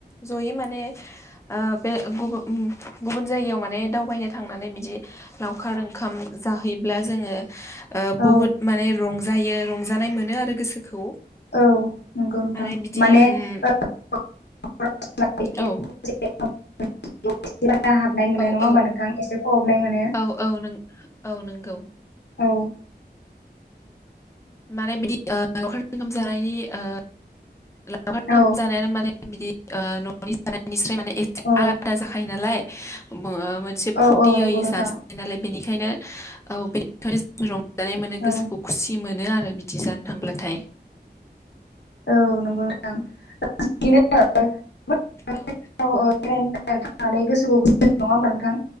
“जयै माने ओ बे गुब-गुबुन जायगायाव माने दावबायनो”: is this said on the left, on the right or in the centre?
Left